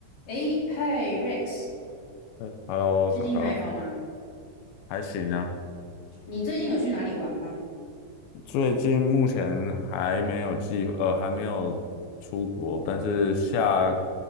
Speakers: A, on the left (about 50°); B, on the left (about 85°).
A: 诶，嗨，Rex，
B: 嗯，Hello，
A: 最近还好吗？
B: 小高，还行啊。
A: 你最近有去哪里玩吗？
B: 最近目前还没有计，呃，还没有出国，但是下